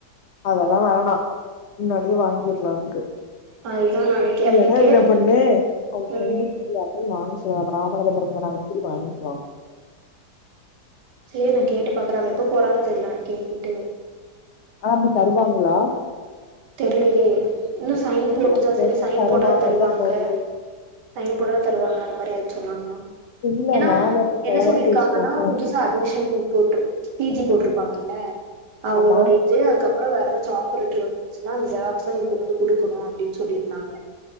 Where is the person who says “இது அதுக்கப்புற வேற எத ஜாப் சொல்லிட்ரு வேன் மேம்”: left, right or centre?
Right